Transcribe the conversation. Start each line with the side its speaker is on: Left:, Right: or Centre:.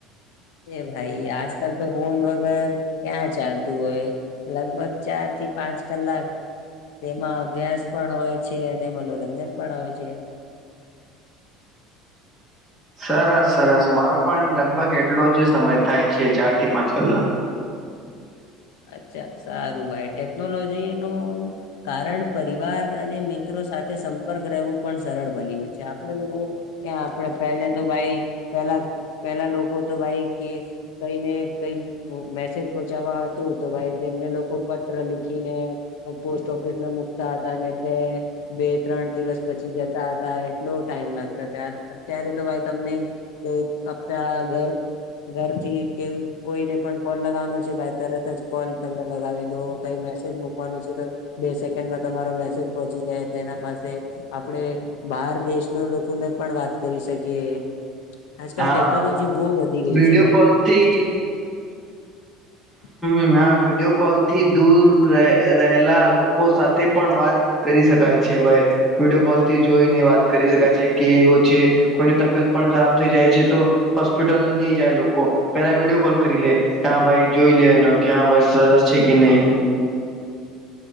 Left: એ ભાઈ આજકાલ તો ફોન વગર ક્યાં ચાલતું હોય લગભગ ચાર થી પાંચ કલાક તેમાં અભ્યાસ પણ હોય છે અને મનોરંજન પણ હોય છે <inaudible>
Centre: સરસ સરસ મારો પણ લગભગ એટલો જ સમય થાય છે ચાર થી પાંચ કલાક
Left: <inaudible> અચ્છા સારું ભાઈ ટેકનોલોજી નું કારણ પરિવાર અને મિત્રો સાથે સંપર્ક રહેવું પણ સરળ બની ગયું છે આપડે લોકો કે આપણે પહેલે તો ભાઈ પેલા પેલા લોકો તો ભાઈ કે કઈને કંઈ મેસેજ પહોંચાવા તૂ ભાઈ તેમને લોકો પત્ર લિખીને પોસ્ટ ઓફિસમાં મુકતા હતા અને તે બે ત્રણ દિવસ પછી જતા હતા એટલો ટાઈમ લાગતો ત અત્યારે તો ભાઈ તમને કે કપડા ઘર ઘરથી કે કોઈને પણ કોલ લગાવવાનો છે ભાઈ તરત જ કોલ તમે લગાવી દો કઈ મેસેજ મકવાનું છે તો બે સેકન્ડમાં તમારો મેસેજ પહોંચી જ તેના પાસે આપડે બહાર દેશના લોકોને પણ વાત કરી શકીએ આજકાલ
Centre: હા
Left: ટેકનોલોજી બહુ વધી ગઈ
Centre: વિડીયો
Left: છે ભાઈ
Centre: કોલ થી
Left: <inaudible>
Centre: મારા વિડીયો કોલ થી દૂર રહેલા લોકો સાથે પણ વાત કરી શકાય છે કે ભાઈ વિડીયો કોલ થી જોઈને વાત કરી શકાય છે કે એવો છે કોઈની તબિયત પણ ખરાબ થઈ જાય હજી તો હોસ્પિટલ ની જાય લોકો પેલા વિડીયો કોલ કરી લે હા ભાઈ જોઈ લે ન ક્યાં એનો ભાઈ સરસ છે કે નહી